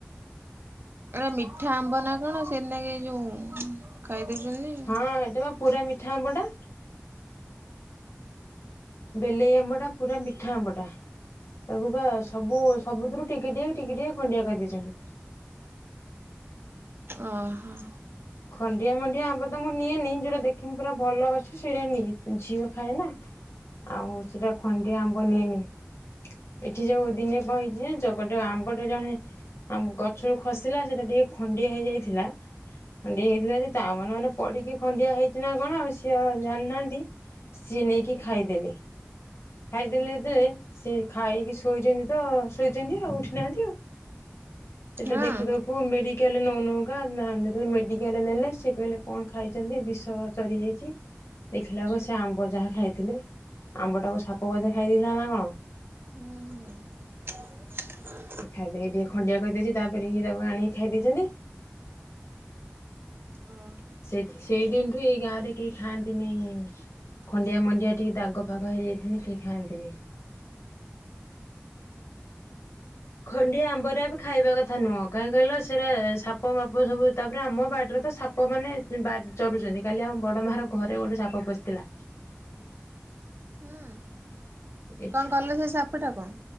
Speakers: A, on the right; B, on the left.
A: ଏ ମିଠା ଆମ୍ବ ନା କଣ ସେନା କି ଯୋଉ ଖାଇଦେଇଛନ୍ତି।
B: ହଁ ଏଟା ବା ପୁରା ମିଠା ଆମ୍ବ ଟା। ବେଲେଇ ଆମ୍ବଟା ପୁରା ମିଠା ଆମ୍ବଟା। ତାକୁ ବା ସବୁ ସବୁଥିରୁ ଟିକେ ଟିକ ଟିକେ ଟିକେ ଖଣ୍ଡିଆ କରିଦେଇଛନ୍ତି।
A: ଓହୋ।
B: ଖଣ୍ଡିଆ ମଣ୍ଡିଆ ଆମ୍ବ ତ ମୁଁ ନିଏନି ଯୋଉଟା ଦେଖମି ପୁରା ଭଲ ଅଛି ସେଇଟା ନିଏ। ଝିଅ ଖାଏ ନା। ଆଉ ସେଟା ଖଣ୍ଡିଆ ଆମ୍ବ ନିଏନି। ଏଠି ଯୋଉ ଦିନେ କଣ ହେଇଛି ଜାଣିଛ? ଗୋଟେ ଆମ୍ବଟେ ଜଣେ ଆମ ଗଛରୁ ଖସିଲା ସେଇଟା ଟିକେ ଖଣ୍ଡିଆ ହେଇଯାଇଥିଲା। ଖଣ୍ଡିଆ ହେଇଥିଲା ଯେ ତା ମନେ ମନେ ପଡି଼କି ଖଣ୍ଡିଆ ହେଇଛି ନା କଣ ସିଏ ଆଉ ଜାଣିନାହାନ୍ତି। ସିଏ ନେଇକି ଖାଇଦେଲେ। ଖାଇଦେଲେ
A: ହୁଁ ହୁଁ।
B: ଯେ ଖାଇକି ଶୋଇଛନ୍ତି ତ ଶୋଇଛନ୍ତି ଆଉ ଉଠିନାହାନ୍ତି ଆଉ। ସେଟା
A: ହଁ।
B: ଦେଖୁ ଦେଖୁ ମେଡି କାଲ୍ ନଉ ନଉକା ମେଡିକାଲ ନେଲେ ସେ କହିଲେ କଣ ଖାଇଛନ୍ତି? ବିଷ ଚଡ଼ି ଯାଇଛି। ଦେଖିଲାେକୁ ସେ ଆମ୍ବ ଯାହା ଖାଇଥିଲେ। ଆମ୍ବଟାକୁ ସାପ ବୋଧେ ଖାଇ ଦେଇେଥିଲା ନା କଣ?
A: ହୁଁ ହୁଁ। <inaudible>
B: ସେ ଖାଇଦ ଟିକେ ଖଣ୍ଡିଆ କରିଦେଇଛି ତାପରେ ତାକୁ ଆଣିକି ଖାଇ ଦେଇଛନ୍ତି।
A: ହ
B: ସେ ସେଇ ଦିନଠୁ ଏଇ ଗାଁ ରେ କେହି ଖାଆନ୍ତିନି। ଖଣ୍ଡିଆ ମଣ୍ଡିଆ ଟିକେ ଦାଗ ଫାଗ ହେଇଯାଇଥିଲେ କିଏ ଖାଆନ୍ତିନି। ଖଣ୍ଡିଆ ଆମ୍ବରେ ଖାଇବା କଥା ନୁହଁ। କାହିଁ କହିଲା ସେଇଟା ସାପ ମାପ ସବୁ ତାପରେ ଆମ ବାଡ଼ିିରେ ତ ସାପ ସାପ ମାନେ ଚରୁୁଛନ୍ତି କାଲି ଆମ ବଡ଼ ମା ର ଘରେ ଗୋଟେ ସାପ ପଶିଥିଲା।
A: ହୁଁ
B: ଏଠି
A: କଣ କଲ ସେ ସାପଟାକୁ?